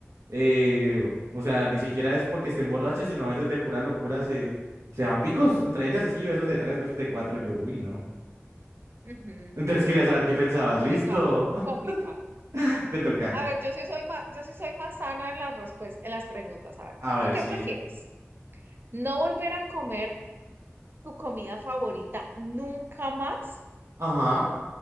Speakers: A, on the right (about 75°); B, on the right (about 45°).
A: eh, o sea, ni siquiera es porque estén borrachas, sino a veces de pura locura se, se dan picos entre ellas, así, besos de tres, besos de cuatro. Y yo, uy, no.
B: Ujú.
A: Entonces quería saber qué pensabas.
B: Complicado,
A: Listo, <laughs>
B: complicado.
A: te toca.
B: A ver, yo sí soy más, yo sí soy más sana en las respuestas, en las preguntas. A ver,
A: A ver,
B: ¿tú qué
A: sí.
B: prefieres? ¿No volver a comer tu comida favorita nunca más?
A: Ajá.